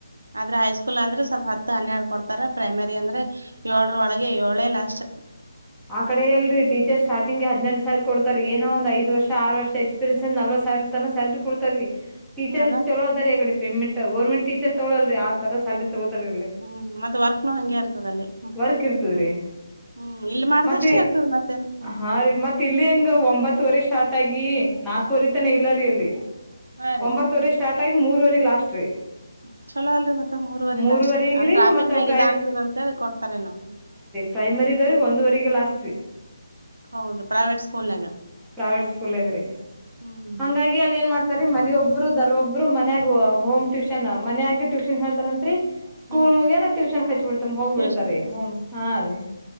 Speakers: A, on the right; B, in the centre.
A: ಆದ್ರೆ ಹೈಸ್ಕೂಲ್ ಅಂದ್ರೆ ಸ್ವಲ್ಪ ಹತ್ತು ಹನ್ನೆರಡು ಕೊಡ್ತಾರ ಪ್ರೈಮರಿ ಅಂದ್ರೆ ಏಳೋರ ಒಳಗೆ ಏಳೇ ಲಾಸ್ಟ್
B: ಆ ಕಡೆ ಎಲ್ ರರಿ ಟೀಚರ್ ಸ್ಟಾರ್ಟಿಂಗ್ ಹದ್ ಸಾವರ್ ಕೊತಾರೆ ಏನೋ ಒಂದ ಐದ ವರ್ಷ ಆರು ವರ್ಷ ಎಕ್ಸ್ ಸ ಸಲ್ ಟೀಚರ್
A: ಅಲಾ
B: ಚಲೋ ಅದಾರಿಡೆ ಪೇಮೆಂ ಗರ್ಮೆಟ್ ಟೀಚರ್ ತಗೊಳಲ್ರಿ ಆ ತರ ಸಲ್ರಿ ತಗೋತಾರರಿ
A: ಹ್ಮ್ ಮತ್ತ ವರ್ಕ್ ಹಂಗೆ ಇರ್ತದ ಅಲ್ಲಿ ಹ್ಮ್
B: ವರ್ಕ್ ಇರ್ತದ್ರಿ
A: ಹ್ಮ್ ಇಲ್ಲಿ ಮಾಡ್ದಷ್ಟೇ
B: ಮತ್ತೆ
A: ಇರ್ತದ ಮತ್ತೇನ್ ಹ್ಮ
B: ಹಾ ರೀ ಮತ್ತೆ ತಿಲ್ಲಿ ಹಂಗೆ ಒಂಬತ್ತುವರೆ ಸ್ಟಾರ್ಟಾಗಿಿ ನಾಕುವರೆ ತನ ಇಲ್ಲ ರೀ ಇಲ್ಲಿ
A: ಹಾ ರೀ
B: ಒಂಬತ್ತುವರೆ ಸ್ಟಾರ್ಟ್ ಆಯ ಮೂರ್ವರೆ ಲಾಸ್ಟ್ ರೀ
A: <unintelligible> ಚಲೋ ಅಲ್ರಿ ಮತ್ತೆ ಮೂರ್ವರಿ
B: ಮೂರವರೆಗ್ರೀ
A: ಲಾಸ್ಟ್ ಅ ಅ ಟ್ರಾಫಿಕ್
B: ಮತ್ತ
A: ನಾಗ
B: ಪ್ರೈ
A: ಇದ ಆಗ್ತದ ಅಂತಿ ಕೊಡ್ತಾರೆ ನ
B: ಪ್ರೈಮರಿದವ್ರ ಒಂದುವರೆಗೆ ಲಾಸ್ಟ್ ರೀ
A: ಹೌದು ಪ್ರೈವೇಟ್ ಸ್ಕೂಲ್ನಾಗ
B: ಪ್ರೈವಟ್ ಸ್ಕೂಲ್ಗ್ರಿ
A: ಹ್ಮ್ ಹ್ಮ್
B: ಹಾಗಿ ಅ ಏನ್ ಮಾಡ್ತಾರಿ ಮನಿಯೊಬ್ರು ದರ್ ಒೊಬ್ರು ಮನ್ಯಾಗ ಹೋಮ್ ಟ್ಯೂಷನ್ ಮನ್ಯಗ ಟ್ಯೂಷನ್ ಹೇಳ್ತಾರಂತ್ರಿ ಸ್ಕೂಲ್
A: ಹ್ಮ್
B: ಮುಗ್ಯನ ಟ್ಯೂಷನ್ ಕಚ್ ಬಿಡ್ತ ಹೋಗ್ಬಿಡ್ತ
A: ಟ್ಯೂಷನ್
B: ರೀ ಹ್ ಹಾ ರೀ